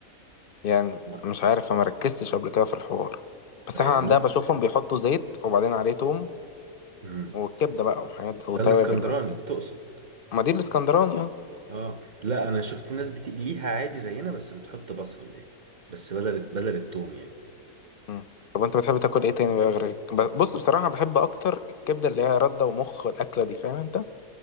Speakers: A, on the left; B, on the right.
A: يعني
B: لا،
A: مش عارف ما ركزتش قبل كده في الحوار بس
B: يعني
A: احنا عندنا
B: لا
A: بشوفهم بيحطوا زيت وبعدين عليه توم
B: مم.
A: والكبدة بقى وحاجات وتوابل
B: ده الإسكندراني
A: بقى
B: تقصد
A: ما دي الاسكندراني اه
B: اه لا أنا شفت ناس بتقليها عادي زينا بس بتحط بصل يعني بس بدل بدل التوم يعني
A: مم. طب انت بتحب تاكل ايه تاني بقى غير الك- ب- بص بصراحة بحب اكتر الكبدة اللي هي ردة ومخ الأكلة دي فاهم انت